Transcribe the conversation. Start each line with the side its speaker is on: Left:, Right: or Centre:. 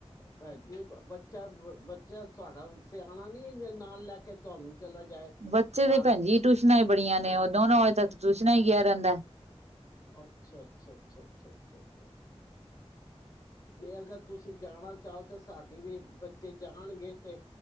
Left: ਤੁਹਾਡਾ ਬੱਚਾ ਰੋ ਬੱਚਾ ਤੁਹਾਡਾ ਸਿਆਣਾ ਨੀ ਜੇ ਨਾਲ ਲੈ ਕੇ ਤੁਹਾਨੂੰ ਚਲਾ ਜਾਏ
Right: ਬੱਚੇ
Left: ਘਰ
Right: ਤੇ ਭੈਣ ਜੀ ਟਿਊਸ਼ਨਾਂ ਹੀ ਬੜੀਆਂ ਨੇ ਉਹ ਦੋਨੋ ਵਜੇ ਤੱਕ ਟਿਊਸ਼ਨਾਂ ਹੀ ਗਿਆ ਰਹਿੰਦਾ ਐ।
Left: ਅੱਛਾ ਅੱਛਾ ਅੱਛਾ ਅੱਛਾ ਅੱਛਾ ਅੱਛਾ ਜੇ ਅਗਰ ਤੁਸੀਂ ਜਾਣਾ ਚਾਹੋ ਤਾਂ ਸਾਡੀ ਵੀ ਬੱਚੇ ਜਾਣਗੇ ਤੇ